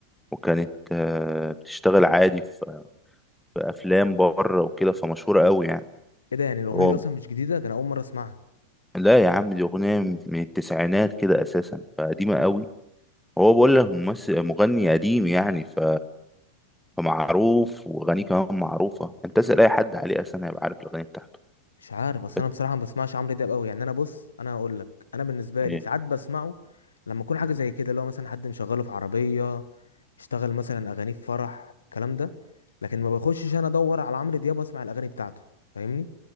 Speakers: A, in the centre; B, on the left (about 70°).
A: وكانت آه، بتشتغل عادي في في افلام بره وكده فمشهوره قوي يعني
B: ايه ده يعني الاغنيه
A: هو
B: دي اصلا مش جديده ده انا اول مره اسمعها
A: لا يا عم دي اغنيه من من التسعينات كده اساسا فقديمه قوي هو بقول لك ممثل مغني قديم يعني ف فمعروف واغانيه كمان معروفه انت اسال اي حد عليه اساسا هيبقى عارف الاغاني بتاعته
B: مش عارف اصل
A: بس
B: انا بصراحه ما بسمعش عمرو دياب قوي يعني انا بص انا هقول لك انا بالنسبه
A: ايه
B: لي ساعات بسمعه لما اكون حاجه زي كده اللي هو مثلا حد مشغله في عربيه اشتغل مثلا اغانيه في فرح الكلام ده لكن ما بخشش انا ادور على عمرو دياب واسمع الاغاني بتاعته فاهمني